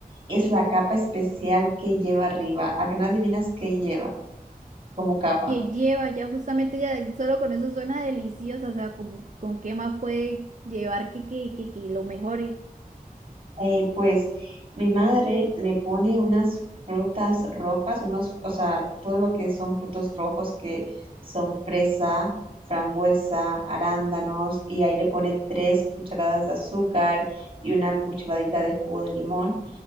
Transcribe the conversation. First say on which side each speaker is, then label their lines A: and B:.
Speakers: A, on the right; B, on the right.
A: es la capa especial que lleva arriba. ¿A que no adivinas qué lleva como capa?
B: que lleva ya justamente ya solo con eso suena deliciosa, o sea, como, ¿con qué más puede llevar que, que, que, que lo mejore?
A: Eh, pues mi madre le pone unas frutas rojas, unos, o sea, todo lo que son frutos rojos que son fresa, frambuesa, arándanos, y ahí le pone tres cucharadas de azúcar y una cucharadita de jugo de limón,